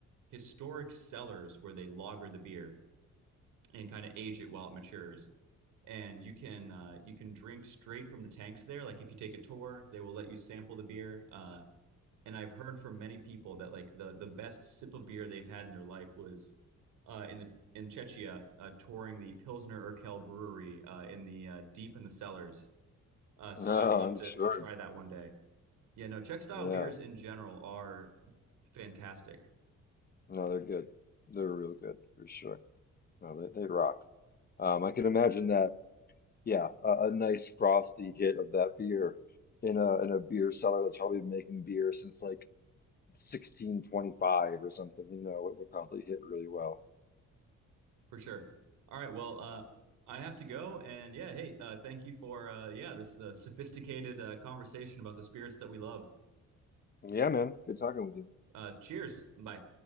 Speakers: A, on the right; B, on the left.
A: historic cellars where they lager the beer and kind of age it while it matures. And you can uh, you can drink straight from the tanks there. Like if you take a tour, they will let you sample the beer. Uh, and I've heard from many people that like the the best sip of beer they've had in their life was uh, in the in Czechia uh, touring the Pilsner Urquell brewery uh, in the uh, deep in the cellars. Uh, so
B: No,
A: I'd love
B: I'm
A: to
B: sure.
A: to try that one day. Yeah, no, Czech style
B: Yeah.
A: beers in general are fantastic
B: No, they're good. They're real good for sure. No, they, they rock. Um, I can imagine that. Yeah, a, a nice frosty hit of that beer in a in a beer cellar that's probably been making beer since like 1625 or something. You know, it would probably hit really well.
A: for sure. All right, well, uh, I have to go, and yeah, hey, uh, thank you for uh, yeah this uh, sophisticated uh, conversation about the spirits that we love.
B: Yeah, man. Good talking with you.
A: Uh, cheers, bye.